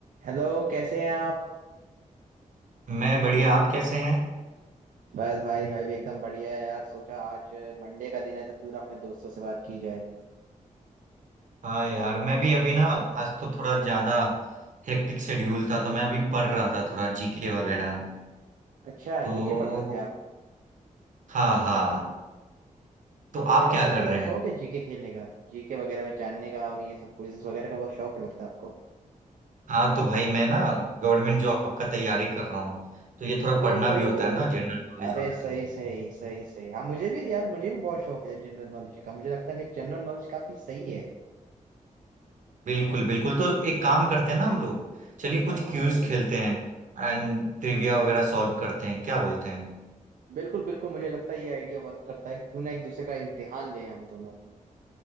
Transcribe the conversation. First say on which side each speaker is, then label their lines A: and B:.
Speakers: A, on the right; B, on the right.
A: Hello कैसे हैं आप
B: मैं बढ़िया आप कैसे हैं
A: बस भाई मैं भी एकदम बढ़िया है यार सोचा आज मंडे का दिन है तो क्यों ना अपने दोस्तों से बात की जाए
B: हाँ यार मैं भी अभी ना आज तो थोड़ा ज्यादा हेक्टिक शेड्यूल था तो मैं अभी पढ़ रहा था थोड़ा जीके वगैरह
A: अच्छा
B: तो
A: जीके पढ़ रहे थे आप
B: हाँ हाँ तो
A: मुझे
B: आप
A: लगता
B: क्या
A: है आपको
B: कर
A: बहुत
B: रहे हैं
A: शौक है जीके खेलने का जीके वगैरह में जानने का और ये सब क्विजेस वगैरह का बहुत शौक है लगता है आपको
B: हाँ तो भाई मैं ना गवर्नमेंट जॉब का तैयारी कर रहा हूँ तो ये थोड़ा
A: ओहो
B: पढ़ना भी होता है ना जनरल नॉलेज
A: अरे
B: वगैरह
A: सही सही सही सही हाँ मुझे भी यार मुझे भी बहुत शौक है जनरल नॉलेज का मुझे लगता है मेरी जनरल नॉलेज काफी सही है
B: बिल्कुल बिल्कुल तो एक काम करते हैं ना हम लोग चलिए कुछ
A: हाँ हाँ
B: क्यूज
A: बताइए
B: खेलते हैं एंड ट्रिविया वगैरह सॉल्व करते हैं क्या बोलते हैं
A: बिल्कुल बिल्कुल मुझे लगता है ये आइडिया वर्क करता है क्यों ना एक दूसरे का इम्तिहान लें हम दोनों